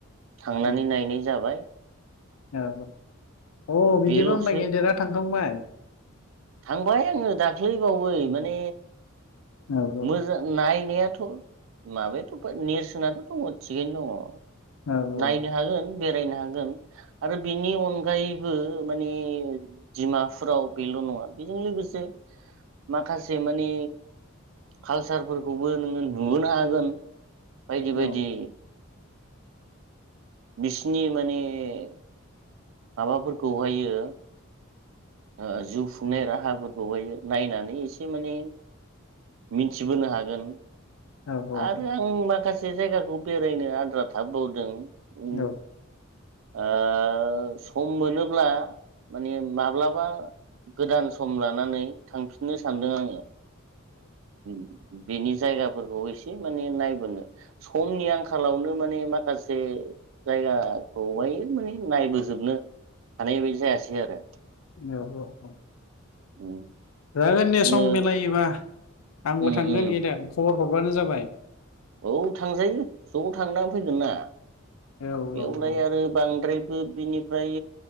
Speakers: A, on the right (about 65°); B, on the left (about 85°).
A: थांनानै
B: उम
A: नायनाय जाबाय।
B: औ औ अ बिदिबा
A: बेल'सो
B: होमबा गेदेरा थांखांबाय?
A: थांबाय आङो। दाख्लैबावै
B: औ
A: माने
B: औ औ
A: मोजां नायनाया थ' माबायाथ' नेरसोनथ' दङ थिगैनो दङ।
B: औ
A: नायनो
B: औ
A: हागोन। बेरायनो हागोन आरो बेनि अनगायैबो माने डिमाफुराव बेल' नङा बेजों लोगोसे माखासे मानि कालसारफोरखौबो नोङो नुबोनो हागोन। बायदि बायदि।
B: औ
A: बिसिनि माने ए। माबाफोरखौहायो ओ जिउ खुंनाय राहाफोरखौहाय नायनान एसे माने मिनथिबोनो हागोन
B: औ
A: आरो
B: औ
A: आं माखास से जायगाखौ बेरायनो आद्रा थाबोबावदों उम
B: औ
A: ओ सम मोनोब्ला मानि माब्लाबा गोदान सम लानानै थांफिननो सानदों आङो ओरैनो । बेनि जायगाफोरखौ एसे माने नाय- समनि आंखाल खालावनो माने माखासे- जायगा बवाय माने नायबोजोबनो हानाय बायदि जायासै आरो
B: औ
A: उम
B: जागोन दे
A: जोङो
B: सम मिलायोबा आंबो
A: उम
B: थांगोन
A: उम
B: गेदेत खबर हरबानो जाबाय
A: औ थांजायो ज' थांना फैगोन ना
B: औ औ
A: बेयावलाय
B: औ औ
A: आरो बांद्राय बि-बिनिफ्राय